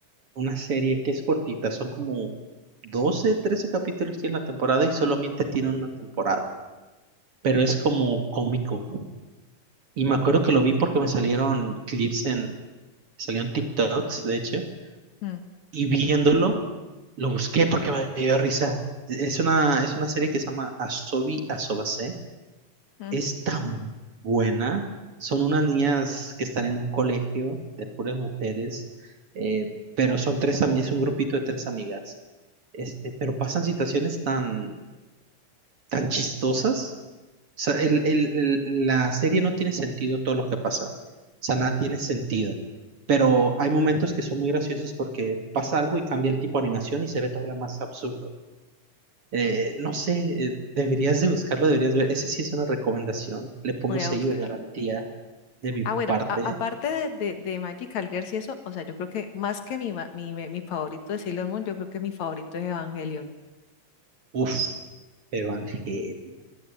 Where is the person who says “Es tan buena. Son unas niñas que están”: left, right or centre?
Right